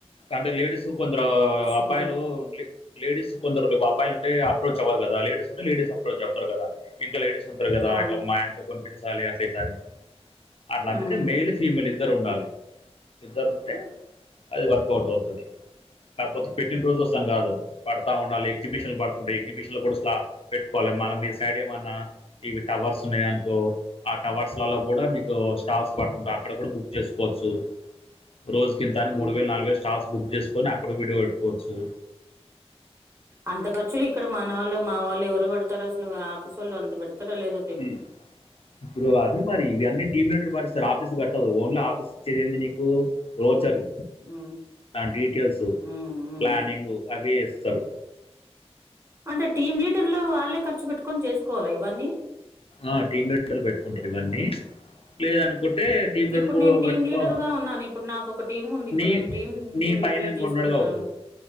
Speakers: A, on the left; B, on the right.
A: అంటే లేడీసు కొందరూ
B: చూద్దాం
A: అబ్బాయిలు ఉండ్లీ లేడీస్ కొందరులు బబ్బాయిలుంటే అప్రోచ్ అవ్వరు గదా లేడీస్ ఉంటే లేడీస్ అప్రోచ్ అవుతారు గదా ఇంట్ల లేడీస్ ఉంటరు గదా
B: అవును
A: ఇట్లా మాయనతో కొనిపించాలి అట్ల ఇట్ల అని అట్లా అందుకే
B: ఉమ్,
A: మేలే ఫీమెల్ ఇద్దరుండాలి ఇద్దరు ఉంటే అది వర్క్ అవుట్ అయితది కాపోతే పెట్టిన్రోజొస్తాను గాదు పడ్తా ఉండాలి ఎగ్జిబిషన్ బడుతుంటాయి ఎగ్జిబిషన్లు గూడాస్లా పెట్టుకోలె మళ్ళ మీ సైడ్ ఏమన్న ఇవి టవర్స్ ఉన్నయ్ అనుకో ఆ టవర్స్లల్లో గుడ మీకు స్టాల్స్ పడుతుంట అక్కడ గుడ బుక్ చేస్ కొచ్చు రోజుకు ఇంతని
B: ఉమ్.
A: మూడు వేల నలువైల్ స్టాల్స్ బుక్ చేసుకొని అక్కడ విడ్పెట్కొవచ్చు
B: అంత ఖర్చులు ఇక్కడ మన ఒళ్ళు మా వాళ్ళు ఎవరు పెడతరు అసలు ఆఫీస్ వాళ్ళు అంత పెడతర లేద
A: ఉ ఇప్పుడు అదే మరి ఇవ అన్నీ టీమ్ లీడర్ పరిస్తరు ఆఫీస్ వట్టదు ఓన్లీ ఆఫీస్ ఇచ్చరెంది నీకు వోచర్లు
B: ఉమ్,
A: నా డీటేల్సు
B: ఉమ్, ఉమ్.
A: ప్లానింగు అవి ఇస్తరు
B: అంటే టీమ్ లీడర్లు వాళ్ళే ఖర్చు బెట్టుకొని చేసుకోవాలా ఇవన్ని
A: ఆ టీమ్ లీడర్లు పెట్టుకుంటరివన్నీ లేదనుకుంటే టీం లీడ్రు
B: ఇప్పుడు
A: గూడా
B: నేను టీమ్
A: బెట్టుకోను
B: లీడర్ గా ఉన్నాను ఇప్పుడు నాకు ఒక టీం ఉంది ఇప్పుడు
A: నీ
B: నేను టీం
A: నిపైన
B: క్రియేట్
A: ఇంకోడుంటడుగా
B: చేసుకున్నాను
A: ఒకడు